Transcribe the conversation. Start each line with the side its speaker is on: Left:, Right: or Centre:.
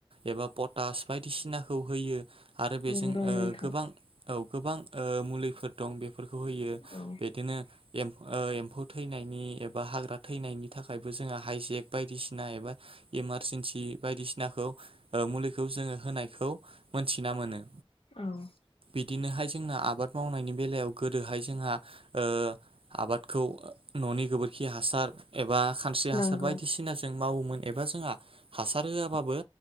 Right: एबा फथ टास बायदिसिनाखौ होयो। आरो बेजों
Left: नंगौ
Right: ओ
Left: नोंथां
Right: गोबां औ गोबां मुलिफोर दं बे बेफोरखौ होयो
Left: औ
Right: बिदिनो एम ओ एम्फौ थैनायनि एबा हाग्रा थैनायनि थाखायबो जोंहा हाइजेक बायदिसिना एबा इमारजिन्सि बायदिसिनाखौ ओ मुलिखौ जोंङो होनायखौ मोनथिना मोनो।
Left: औ
Right: बिदिनोहाय जोंना आबाद मावनायनि बेलायाव गोदोहाय जोंहा ओ आबादखौ न'नि गोबोरखि हासार एबा खानस्रि हासार
Left: नंगौ
Right: बायदिसिना जों मावोमोन एबा जोंहा हासार होआबाबो